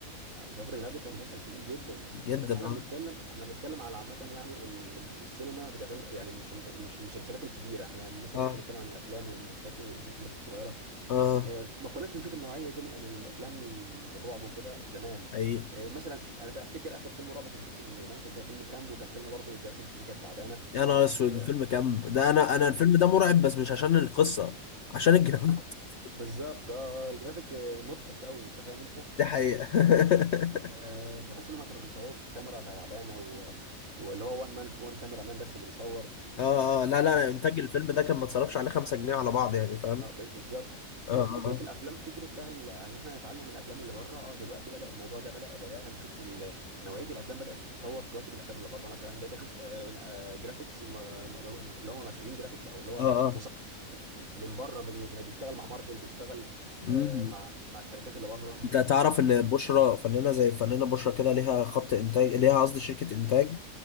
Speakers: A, on the right; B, on the left.
A: جعفر الإرهاب ده كان مسلسل تقيل جدا
B: جدا
A: بس احنا
B: اه
A: بنتكلم احنا بنتكلم على عامة يعني المس- السينما بتعتمد يعني مش مش المسلسلات الكبيرة احنا مثلا
B: اه
A: ممكن نتكلم عن الأفلام والمسلسلات المسلسلات الصغيرة
B: اه
A: اه، ما كناش بنشوف النوعية دي من من الأفلام الرعب وكده زمان
B: حقيقي
A: اه، مثلا انا افتكر اخر فيلم رعب كنت شفته من زمان كان فيلم كامبو كان فيلم برضه الجرافيكس فيه كانت تعبانة
B: يا نهار اسود
A: و
B: الفيلم كامب ده انا انا
A: اه،
B: الفيلم ده مرعب بس مش عشان القصة عشان الجرافيك
A: عشان
B: <laughs>
A: بالظبط اه الجرافيك اه، مضحك قوي انت فاهم انت
B: دي حقيقة <laughs>
A: آه، تحس ان هم كانوا بيصوروا بكاميرا تعبانه و... واللي هو وان مان وان كاميرا مان بس اللي بيصور
B: اه اه لا لا انتاج الفيلم ده كان ما اتصرفش عليه 5 جنيه على بعض يعني فاهم
A: آه، ب- بالظبط
B: اه
A: آه،
B: اه
A: فكره الافلام فكره بقى ال- ان احنا نتعلم من الافلام اللي بره اه دلوقتي بدا الموضوع ده بدا بدانا نشوف ال- نوعيه الافلام بدات تتطور تواكب الافلام اللي بره مثلا بقيت اشوف آه، آه، جرافيكس م- م- م- اللي هم مسؤولين جرافيكس او اللي هو
B: اه اه
A: مصمم جرافيك من بره بي- بيشتغل مع مارفل بيشتغل آه،
B: امم
A: مع مع الشركات اللي بره
B: انت تعرف ان
A: آه،
B: بشرى فنانه زي فنانه بشرى كده ليها خط انتاج ليها قصدي شركه انتاج